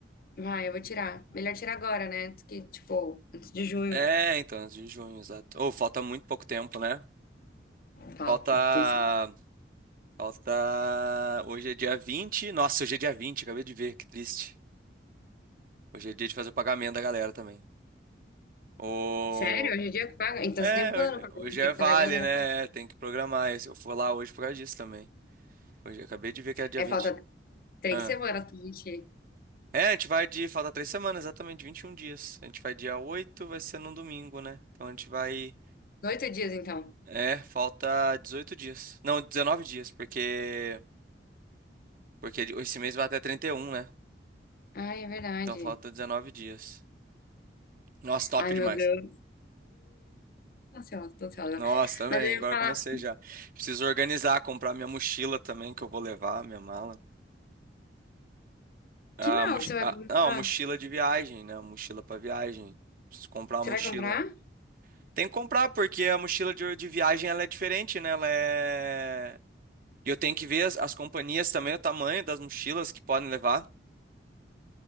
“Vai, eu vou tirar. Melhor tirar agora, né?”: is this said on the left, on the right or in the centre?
Left